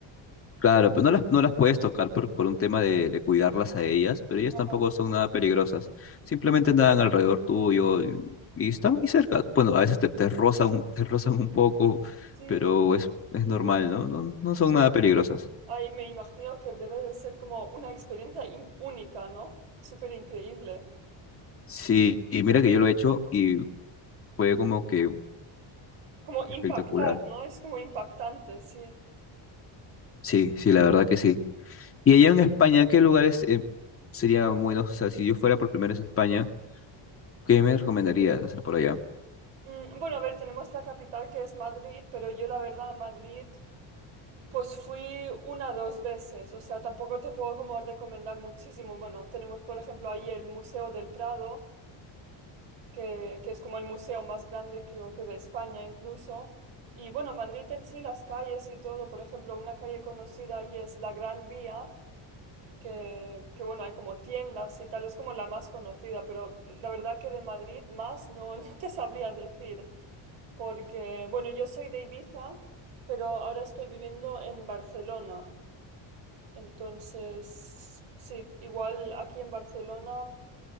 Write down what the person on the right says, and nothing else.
Ajá.
Sí,
ay, me imagino que debe de ser como una experiencia in- única, ¿no? Súper increíble.
Como impactar,
¿no? Es como impactante, sí.
Mm, bueno, a ver, tenemos la capital que es Madrid, pero yo la verdad a Madrid pues fui una dos veces, o sea, tampoco te puedo como recomendar muchísimo. Bueno, tenemos por ejemplo ahí el Museo del Prado que, que es como el museo más grande creo que de España incluso. Y bueno, Madrid en sí, las calles y todo, por ejemplo, una calle conocida ahí es la Gran Vía, que, que bueno, hay como tiendas y tal, es como la más conocida, pero la verdad que de Madrid más no, <laughs> no te sabría decir, porque bueno, yo soy de Ibiza, pero ahora estoy viviendo en Barcelona, entonces sí, igual aquí en Barcelona,